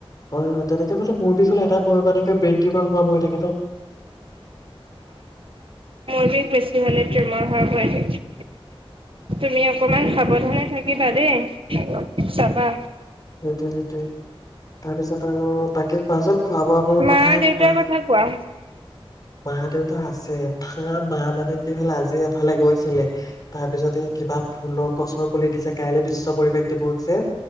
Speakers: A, on the left; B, on the right.
A: হয় হয় তেনেকে বলো মোৰ বিষ হলে ত পঢ়ৰ পৰাক <unintelligible> ে বেন্টিৰ পৰাাৰ খোৱা বহ থাকে ত <unintelligible>
B: মই বিষ বেছি হলে তিওমাস হোৱাৰ ভয় থাকে তুমি অকমান সাৱধানে থাকিবা দেই। চাবা
A: সেইটোৱে সেইটোয়ে, তাৰপিছত আৰু বাকীক কোৱা চোন খোৱা বোৱা বোৰ কথা
B: মা দেউতাৰ
A: কোৱা,
B: কথা কোৱা
A: মা দেউতা আছে মা মা মানে কি হল আজি এফালে গৈছিলে তাৰপিছতে কিবা ফুলৰ গছৰ পুলি দিছে কাইলৈ বিশ্ব পৰিৱেশ দিৱস যে